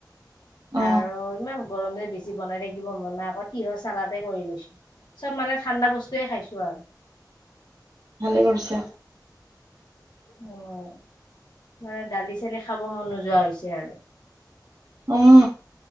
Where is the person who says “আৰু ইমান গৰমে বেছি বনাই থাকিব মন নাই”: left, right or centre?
Left